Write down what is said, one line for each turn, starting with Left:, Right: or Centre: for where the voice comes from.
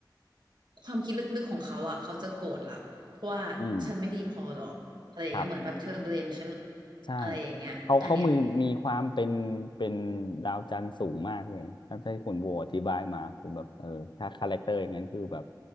Right: ความคิดลึกๆของเขาอ่ะเขาจะโกรธละเพราะว่าฉันไม่ดีพอหรออะไรอย่างเงี้ยเหมือนแบบเธอเบลมฉันหรอ
Left: อืมครับ ใช่
Right: อะไรอย่างเงี้ยอันเนี้ย
Left: เขาเขามือมีความเป็นเป็นดาวจันทร์สูงมากเลยถ้าที่คุณโบอธิบายมาคือแบบเออถ้าคาแรคเตอร์อย่างนั้นคือแบบ